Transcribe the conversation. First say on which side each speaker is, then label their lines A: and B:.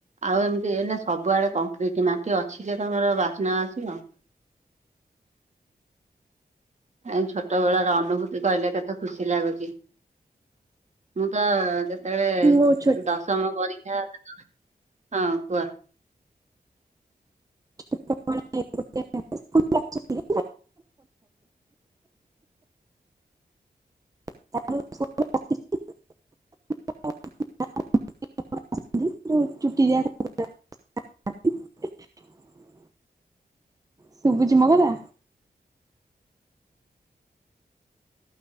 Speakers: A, on the right; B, on the right.
A: ଆଉ ଏମିତି ଏ ନା ସବୁଆଡେ କଂକ୍ରିଟ ମାଟି ଅଛି ଯେ ତମର ବାସ୍ନା ବାସିବ। କାଇଁ ଛୋଟ ବେଳ ର ଅନୁଭୂତି କହିଲେ କେତେ ଖୁସି ଲାଗୁଛି? ମୁଁ ତ ଯେତେବେଳେ
B: ମୁଁ ଛୋଟ
A: ଦଶମ ପରୀକ୍ଷା। ହଁ କୁହ?
B: <unintelligible> <inaudible> <unintelligible> ଶୁଭୁଛିି ମୋ କଥା?